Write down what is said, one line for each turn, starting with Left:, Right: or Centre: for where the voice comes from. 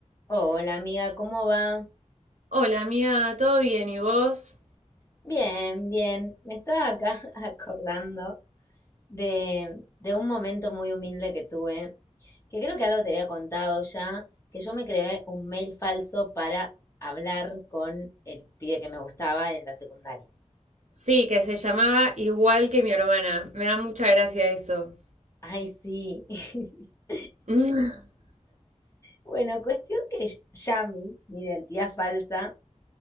Left: Hola amiga, ¿cómo va?
Right: Hola amiga, ¿todo bien? ¿Y vos?
Left: Bien, bien. Me estaba acá <laughs> acordando de, de un momento muy humilde que tuve, que creo que algo te había contado ya, que yo me creé un mail falso para hablar con el pibe que me gustaba en la secundaria.
Right: Sí, que se llamaba igual que mi hermana. Me da mucha gracia eso.
Left: Ay, sí. <laughs>
Right: <laughs>
Left: Bueno, cuestión que Yami, mi identidad falsa,